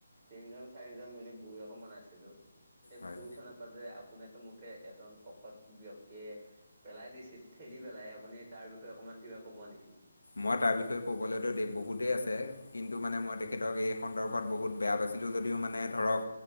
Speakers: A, on the right; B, on the left.
A: তিনজন চাৰিজন মিলি ভোৰ এখন বনাইছিলো, সেই
B: হয়
A: ভোৰ খনত যে আপোনাকে মোকে এজন শকত ব্যক্তিয়ে পেলাই দিছিল ঠেলি পেলাই আপুনি তাৰ বিষয়ে অকণমান কিবা ক'ব নেকি?
B: মই তাৰ বিষয়ে ক'বলৈতো বহুতেই আছে কিন্তু মানে মই তেখেতক এই সন্দৰ্ভত বহুত বেয়া পাইছিলোঁ যদিও মানে ধৰক